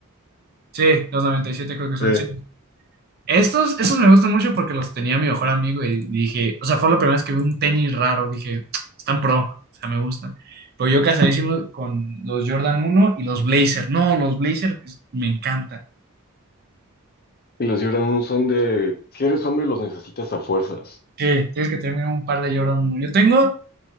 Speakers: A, on the right; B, on the left.
A: Sí, los 97 creo que son,
B: Eh,
A: sí. Estos, estos me gustan mucho porque los tenía mi mejor amigo y dije, o sea, fue la primera vez que vi un tenis raro, dije, están pro, o sea, me gustan. Pero yo casadísimo con los Jordan uno y los Blazer. No, los Blazer es- me encanta.
B: y los Gibran son de, si eres hombre, los necesitas a fuerzas.
A: Sí, tienes que tener mínimo un par de Jordan uno Yo tengo